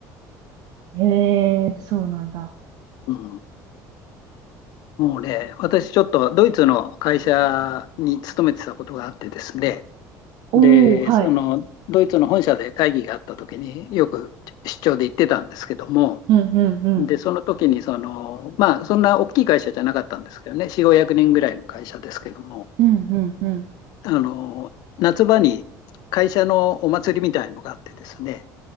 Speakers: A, on the right; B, on the left.
A: ええそうなんだ。
B: う。うん。もうね、私ちょっとドイツの会社に勤めてたことがあってですね。
A: おお、
B: で、
A: はい。
B: そのドイツの本社で会議があった時によく出張で行ってたんですけども、
A: うんうんうん。
B: で、その時にその、まあ、そんな大きい会社じゃなかったんですけどね、4、500人ぐらいの会社ですけども、
A: うんうんうん。
B: あの、夏場に会社のお祭りみたいのがあってですね、